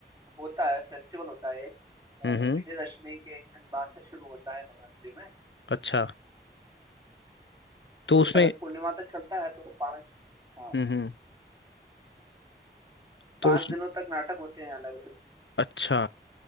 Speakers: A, on the right; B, on the left.
A: होता है फेस्टिवल होता है एक अ,
B: हम्म हम्म
A: विजयदशमी के एक दिन बाद से शुरू होता है नवरात्रि में
B: अच्छा तो
A: तो
B: उसमें
A: शरद पूर्णिमा तक चलता है तो पांच हाँ
B: हम्म हम्म तो
A: पांच
B: उस
A: दिनों तक नाटक होते हैं अलग अलग
B: अच्छा